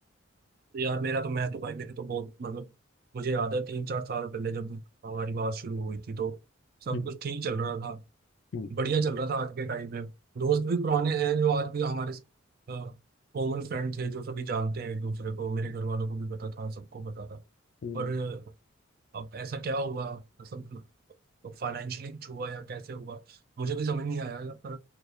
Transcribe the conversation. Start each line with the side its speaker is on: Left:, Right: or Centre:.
Right: यार मेरा तो मैं तो भाई मेरे तो बहुत मतलब मुझे याद है तीन चार साल पहले जब हमारी बात शुरू हुई थी तो सब
Left: हम्म,
Right: कुछ ठीक चल रहा था
Left: हम्म,
Right: बढ़िया चल रहा था आज के टाइम में दोस्त भी पुराने हैं जो आज भी हमारे कॉमन फ्रेंड थे जो सभी जानते हैं एक दूसरे को मेरे घर वालों को भी पता था सबको पता था
Left: हम्म।
Right: पर अब ऐसा क्या हुआ मतलब फाइनेंशियली हुआ या कैसे हुआ मुझे भी समझ नहीं आया पर